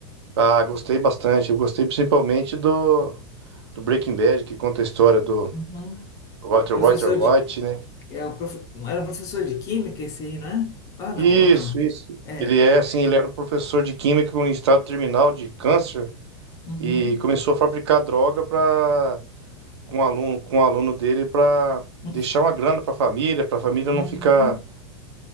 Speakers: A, on the right; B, on the left.
A: Ah, gostei bastante. Eu gostei principalmente do, do Breaking Bad, que conta a história do
B: Uhum.
A: Walter,
B: Professor
A: Walter White,
B: de...
A: né?
B: É o prof... Era um professor de química esse aí, não é? Ah, não,
A: Isso,
B: ou não.
A: isso.
B: É.
A: Ele é assim, ele era um professor de química em estado terminal de câncer
B: Uhum.
A: e começou a fabricar droga para com um aluno, com um aluno dele para
B: <laughs>
A: deixar uma grana para a família, para a família
B: Uhum.
A: não ficar